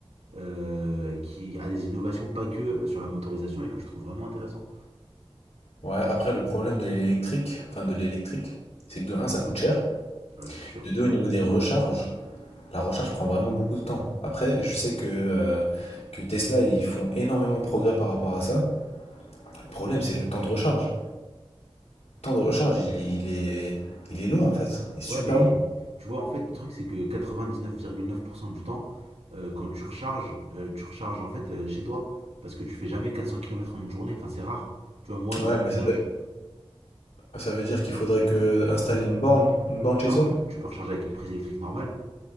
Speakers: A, on the right; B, on the left.
A: euh, qui a des innovations pas que sur la motorisation et que je trouve vraiment intéressant.
B: Ouais, après le problème de l'électrique, enfin de l'électrique, c'est que de un ça coûte cher,
A: Voilà, c'est sûr.
B: de 2 au niveau des recharges, la recharge prend vraiment beaucoup de temps. Après, je sais que, euh, que Tesla ils font énormément de progrès par rapport à ça. Le problème c'est le temps de recharge. Le temps de recharge il, est il est il est long en fait, il est super
A: Ouais, mais
B: long.
A: tu vois, en fait, le truc, c'est que quatre-vingt-dix-neuf neuf virgule neuf pour cent du temps, euh, quand tu recharges, euh, tu recharges en fait euh, chez toi. Parce que tu fais jamais 400 kilomètres en une journée. Enfin, c'est rare. Tu vois, moi,
B: Ouais,
A: dans mon
B: mais
A: usage,
B: ça veut, ça veut dire qu'il faudrait que installer une borne, une borne
A: non,
B: chez soi.
A: tu peux recharger avec une prise électrique normale.